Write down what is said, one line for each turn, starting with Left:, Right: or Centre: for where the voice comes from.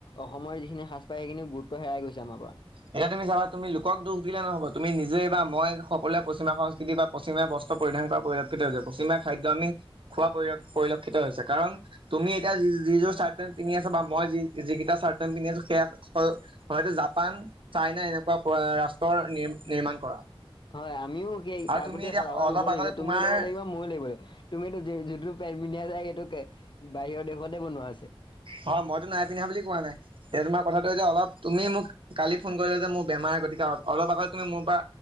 Left: অসমৰ যি। সিখিনি সাজপাৰে সেইখিনি গুৰুত্ব হেৰাই গৈছে আমাৰ পৰা।
Right: এতিয়া তুমি চাবা তুমি লোকক দুখ দিলে নহ'ব তুমি নিজে বা মই সকলোৱে পশ্চিমীয়া সংস্কৃতি বা পশ্চিমীয়া বস। পৰিধান কৰা পৰিলক্ষিত হৈছে। পশ্চিমীয়া খাদ্য আমি খোৱা পৰি পৰিলক্ষিত হৈছে কাৰণ তুমি এতিয়া যি যিযোৰ চাৰ্ট পেণ্ট পিন্ধি আছা। বা মই যি যিকেইটা চাৰ্ট পেণ্ট পিন্ধি আছোঁ সেয়া হয়তো জাপান। চাইনা এনেকুৱা ৰাষ্ট্ৰৰ নি নিৰ্মাণ কৰা।
Left: হয় আমিও সেই
Right: আৰু
Left: তাৰ
Right: তুমি
Left: প্ৰতি
Right: এতিয়া
Left: সজাগত
Right: অলপ
Left: ল'ব লাগিব
Right: আগতে
Left: তুমিও
Right: তোমাৰ
Left: ল'ব লাগিব মইও লব লাগিব। তুমিতো যিটো পেণ্ট পিন্ধা যায় সেইটো বাহিৰৰ দেশতে বনোৱা আছে।
Right: হয় মইতো নাই পিন্ধা বুলি কোৱা নাই এতিয়া তোমাক। কথাটো যে অলপ তুমি মোক কালি ফোন কৰিলা যে মোৰ বেমাৰ গতিকে অলপ আগত তুমি মোৰ পৰা